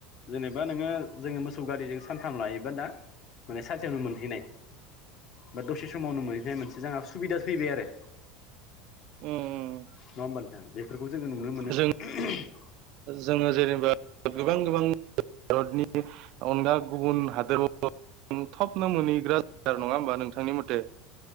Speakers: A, on the left (about 45°); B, on the right (about 50°).
A: जेनेबा नोङो जोङो मोसौ गारिजों सानथाम लायोबा दा माने सानसेयावनो मोनहैनाय बा दसे समावनो मोनहै बे मोनसे जोंहा सुबिदा फैबाय आरो
B: उम
A: नङा होमबा नोंथां बे <unintelligible> फोरखौ जोङो नुनो मोनो
B: जों
A: <unintelligible>
B: जोङो जेनेबा गोबां गोबां भारतनि अनगा गुबुन हादोराव नों थबनो मोनहैग्राा नङा होमबा नोंथांनि मथे?